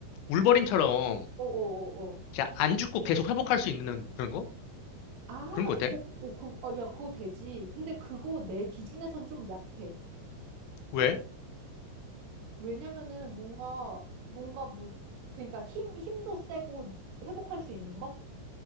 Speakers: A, on the left; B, on the right.
A: 울버린처럼
B: 어, 어.
A: 진짜 안 죽고 계속 회복할 수 있는 그런 거?
B: 아,
A: 그런 거 어때?
B: 오, 오, 그, 어, 야, 그거 되지. 근데 그거 내 기준에선 좀 약해.
A: 왜?
B: 왜냐면은 뭔가, 뭔가 뭐, 그러니까 힘, 힘도 세고 회복할 수 있는 거?